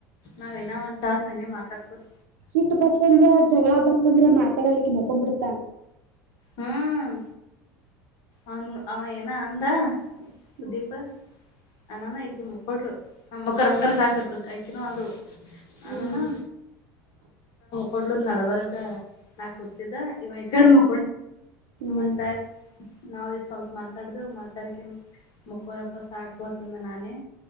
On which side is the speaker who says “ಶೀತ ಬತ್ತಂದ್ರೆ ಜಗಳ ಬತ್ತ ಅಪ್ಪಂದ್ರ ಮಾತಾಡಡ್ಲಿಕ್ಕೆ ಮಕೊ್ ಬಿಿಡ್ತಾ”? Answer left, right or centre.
Right